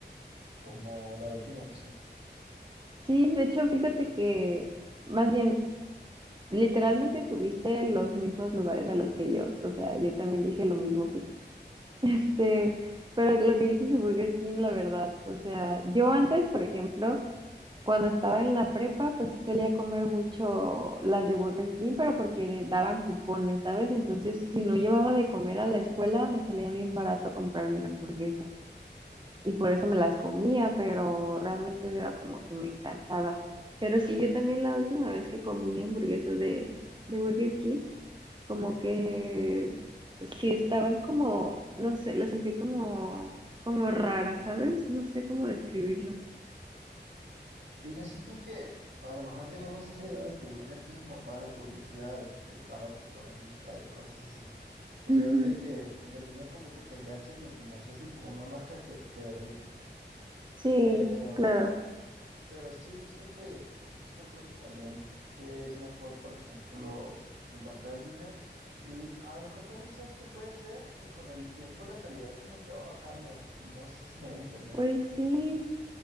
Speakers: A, on the right; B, on the right.
A: como la última opción.
B: Sí, de hecho, fíjate que más bien, literalmente tuviste los mismos lugares a los que yo. O sea, yo también dije lo mismo que tú. <laughs> Este, pero lo que dices de Burger King, la verdad, o sea, yo antes, por ejemplo, cuando estaba en la prepa, pues sí salía a comer mucho las de Burger King, pero porque me daban cupones, ¿sabes? Entonces, si no llevaba de comer a la escuela, me salía bien barato comprarme una hamburguesa y por eso me las comía, pero realmente era como que me encantaba. Pero sí, yo también la última vez que comí hamburguesas de, de Burger King, como que sí estaban como, no sé, las sentí como, como raras, ¿sabes? No sé cómo describirlo.
A: Sí, yo siento que a lo mejor teníamos esa idea de que Burger King importaba la publicidad, de que te daba tu coronita y cosas así. Pues
B: Ujú,
A: ya ves de que de niño como que te enganchas mucho más fácil con una marca que, que de adulto.
B: Sí,
A: Pero
B: claro.
A: Pero sí, justo que, justo creo que también que es mejor, por ejemplo, pues la Carl Jr. Y a lo mejor también sabes que puede ser que con el tiempo la calidad como que va bajando. No sé si me voy a entender.
B: Pues sí,